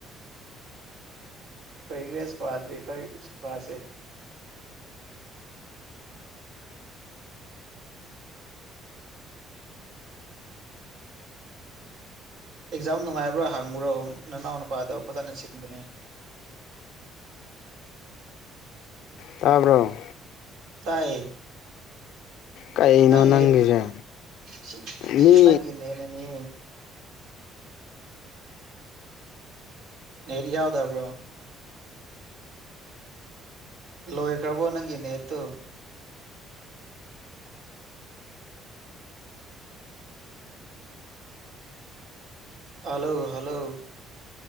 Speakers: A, on the right (about 75°); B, on the left (about 70°).
A: ꯇꯣꯏꯒꯔꯦ ꯁꯀ꯭ꯋꯥꯖꯦ ꯑꯩꯈꯣꯏ ꯁꯀ꯭ꯋꯥꯁꯦ ꯑꯦꯛꯖꯥꯝ ꯅꯨꯡꯉꯥꯏꯕ꯭ꯔꯥ ꯍꯪꯕ꯭ꯔꯣ ꯅꯅꯥꯎ ꯅꯨꯄꯥꯗꯣ ꯐꯖꯅ ꯁꯤꯟꯕꯅꯦ
B: ꯇꯥꯕ꯭ꯔꯣ
A: ꯇꯥꯏꯌꯦ
B: ꯀꯩꯅꯣ
A: ꯅꯪ
B: ꯅꯪꯒꯤꯁꯦ
A: ꯅꯦꯠ ꯁꯤ
B: ꯃꯤ
A: ꯅꯪꯒꯤ ꯅꯦꯠꯅꯅꯦ ꯑꯩꯗꯤ ꯌꯥꯎꯗꯕ꯭ꯔꯣ ꯂꯣꯏꯈ꯭ꯔꯕꯣ ꯅꯪꯒꯤ ꯅꯦꯠꯇꯨ ꯍꯜꯂꯣ ꯍꯜꯂꯣ